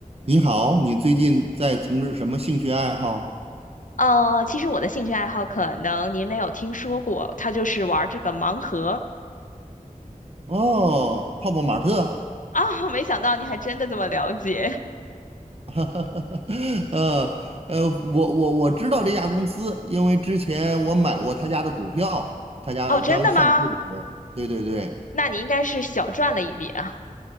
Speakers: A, on the right; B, on the left.
A: 你好，你最近在从事什么兴趣爱好？
B: 呃，其实我的兴趣爱好可能您没有听说过，他就是玩这个盲盒
A: 哦，泡泡玛特，
B: 啊，<laughs> 没想到你还真的这么了解。
A: <laughs> 呃呃，我我我知道这家公司，因为之前我买过他家的股票，他家刚上市的时候，
B: 哦，真的吗？
A: 对对对
B: 那你应该是小赚了一笔啊。